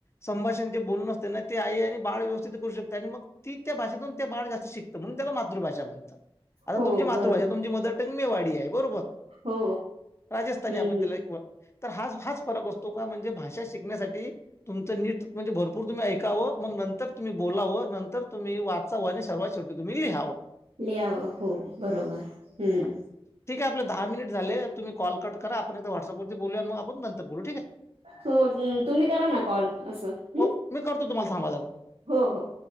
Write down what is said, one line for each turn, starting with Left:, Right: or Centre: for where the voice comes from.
Left: संभाषण जे बोलण नसते ना ते आहे आणि बाळ व्यवस्थित करू शकते आणि मग. ती त्या भाषेतून त्या बाळ जास्त शिकतं म्हणून त्याला मातृभाषा म्हणतात. आता
Right: हो
Left: तुमची मातृभाषा
Right: बरोबर
Left: तुमची मदर टंग मेवाडी आहे बरोबर.
Right: हो
Left: राजस्थनी
Right: हम्म
Left: आग
Right: हम्
Left: त्याला- तर हा हाच फरक असतो का म्हणजे भाषा शिकण्यासाठी तुमचं नीट म्हणजे भरपूर तुम्ही ऐकावं मग नंतर तुम्ही बोलावं नंतर तुम्ही वाचावं आणि सर्वात शेवटी तुम्ही लिहावं.
Right: लिहावं हो बरोबर हम्म
Left: हा ठीक आहे. आपलं दहा मिनिट झालेत. तुम्ही कॉल कट करा. आपण एकदा वॉट्सॲप वरती बोलूया मग आपण नंतर बोलू ठीक आहे.
Right: हो, तुम्ही करा ना कॉल असं. हं.
Left: हो, मी करतो तुम्हाला थांबा जरा.
Right: हो हो.